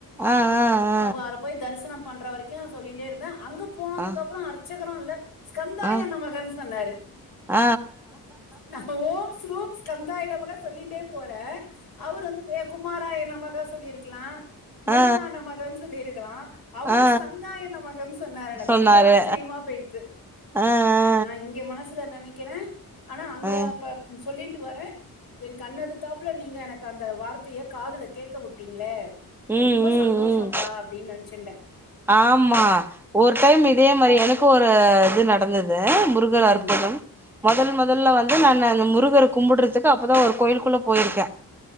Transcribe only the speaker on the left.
அவார்ப் போய் தரிசனம் பண்ற வரைக்கு சொல்லிட்டே இருந்தே அங்க போனதுக்கு
அப்புறோ அர்ச்சகரு இல்ல ஸ்கந் தா
என்ன மகன் சொன்னாரு
நம்ப ஓம்ஸ் ரூம்ஸ் கந்தாய நமக சொல்லின்டே போற அவரு வந்து குயம் குமாராய நமக சொல்லிர்க்கிலா முருகா
நமகனு சொல்லிருக்கலா அவரு
ஸ்கந்தாய நமகம் சொன்னரு எனக்கு
ரொம்ப ஆச்சரியமா போய்டுது
நா இங்க மனசுல நெனைக்கிற ஆனா அங்க
அப்பப் சொல்லிட்டு வரே எ கண்ணெதுதாப்ல நீங்க எனக்கு அந்த வார்த்திய காதுல கேக்க வுட்டீங்ளே
ரொம்ப
சந்தோஷம்ப்பா
அப்டின் நனச்சுன்டே
ம்